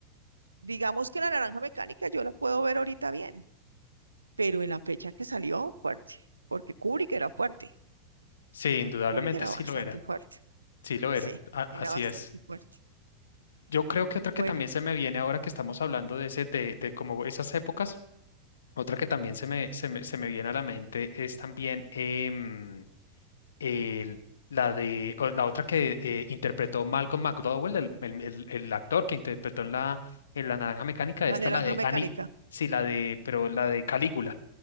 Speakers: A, on the right (about 80°); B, on the left (about 65°).
A: Digamos que la naranja mecánica yo la puedo ver ahorita bien. pero en la fecha que salió, fuerte, porque Kubrick era fuerte,
B: Sí, indudablemente
A: Kubrick era
B: sí
A: bastante
B: lo era,
A: fuerte,
B: sí lo
A: sí,
B: era, a- así
A: era bastante
B: es.
A: fuerte.
B: Yo creo que otra que
A: Bueno,
B: también
A: y
B: se me viene ahora que estamos hablando de ese, de, de como esas épocas. Otra que también se me, se me, se me viene a la mente es también em, el- la de o la otra que eh, interpretó Malcolm McDowell, el, el- el- el actor que interpretó en la, en La Naranja Mecánica,
A: la
B: esta
A: naranja
B: la de
A: mecánica.
B: Annie, sí, la de, pero la de Calígula,